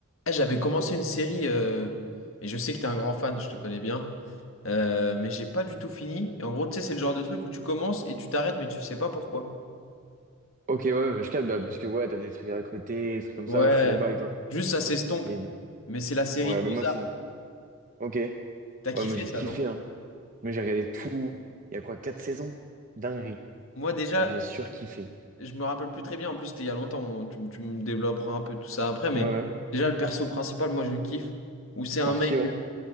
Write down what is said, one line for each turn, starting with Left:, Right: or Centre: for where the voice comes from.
Left: Eh, j'avais commencé une série, euh, et je sais que t'es un grand fan, je te connais bien, euh, mais j'ai pas du tout fini. Et en gros, tu sais, c'est le genre de truc où tu commences et tu t'arrêtes, mais tu sais pas pourquoi.
Right: Ok, ouais, ouais, je capte, bah, parce que ouais, t'as des trucs à côté, des trucs comme
Left: Ouais,
Right: ça, ouais, je suis d'accord avec toi.
Left: juste ça s'estompe.
Right: Et bah,
Left: Mais c'est la série
Right: ouais,
Left: Ozark.
Right: bah moi c'est. Ok. Ouais,
Left: T'as kiffé
Right: moi j'ai
Left: ça,
Right: kiffé,
Left: non?
Right: hein. Moi j'ai regardé tout. Il y a quoi, quatre saisons? Dinguerie.
Left: Moi, déjà,
Right: J'ai surkiffé.
Left: je me rappelle plus très bien. En plus, c'était il y a longtemps. on- Tu, tu me développeras un peu tout ça après, mais
Right: Ouais, ouais.
Left: déjà, le perso principal, moi, je kiffe. Où c'est un
Right: Marty,
Left: mec.
Right: ouais.